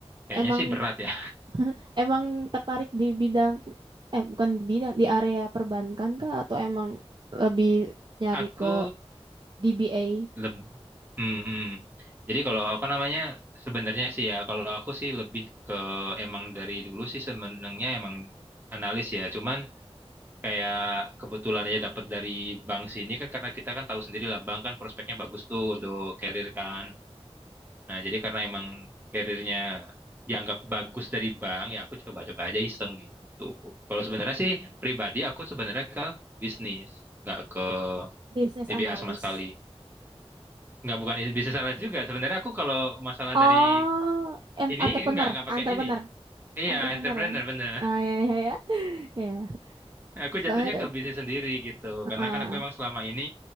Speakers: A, on the right (about 20°); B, on the right (about 45°).
A: Kayaknya
B: Emang
A: sih berat ya.
B: emang tertarik di bidang eh bukan di bidang di area perbankan kah atau emang lebih nyari
A: Aku
B: ke DBA
A: Leb hmm, hmm. Jadi kalau apa namanya sebenarnya sih ya kalau aku sih lebih ke emang dari dulu sih sebenarnya emang analis ya. Cuman kayak kebetulan aja dapat dari bank sini kan karena kita kan tahu sendiri lah bank kan prospeknya bagus tuh untuk karir kan. Nah jadi karena emang karirnya dianggap bagus dari bank ya aku coba-coba aja iseng gitu. Kalau sebenarnya sih pribadi aku sebenarnya ke bisnis nggak ke
B: business
A: DBA
B: analyst?
A: sama sekali. Nggak bukan bisnis sales juga. Sebenarnya aku kalau masalah
B: Oh,
A: dari
B: en-
A: ini
B: entrepreneur,
A: nggak nggak pakai
B: entrepreneur,
A: ini. Iya,
B: entrepreneur.
A: entrepreneur
B: Ya?
A: bener.
B: Ah ya ya ya. <laughs> Ya.
A: <laughs> Aku
B: Soalnya
A: jatuhnya
B: tadi-
A: ke bisnis sendiri gitu. Karena
B: ah,
A: kan aku emang selama ini